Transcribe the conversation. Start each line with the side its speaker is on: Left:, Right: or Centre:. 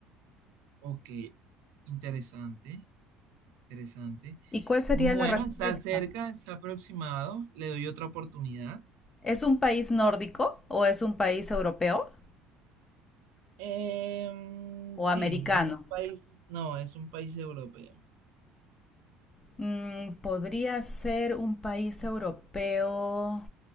Right: Ok, interesante, interesante.
Left: ¿Y cuál sería
Right: Bueno,
Left: la respuesta?
Right: está cerca, está aproximado. Le doy otra oportunidad.
Left: ¿Es un país nórdico o es un país europeo
Right: Em,
Left: o
Right: sí,
Left: americano?
Right: es un país, no, es un país europeo.
Left: Mm, podría ser un país europeo,